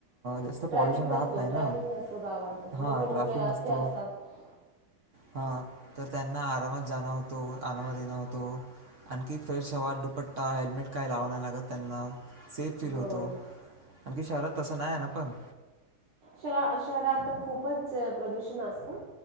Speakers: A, on the right; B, on the right.
A: जास्त
B: ट्रॅफिक
A: पॉल्युशन
B: नसतो
A: राहत नाही
B: ट्रॅफिक
A: ना
B: नसतो गावात
A: हा
B: मोकळे मोकळे
A: ट्राफिक
B: रस्ते
A: नसतो
B: असतात
A: हा तर त्यांना आरामात जाणं होतो आनंद देणं होतो आणखी फरसवार दुपट्टा हेल्मेट काय लावाय लागत त्यांना सेफ फील
B: हो
A: होतो आणखी शहरात तं नाही आहे ना पण
B: श शहरात खूपच प्रदूषण असतं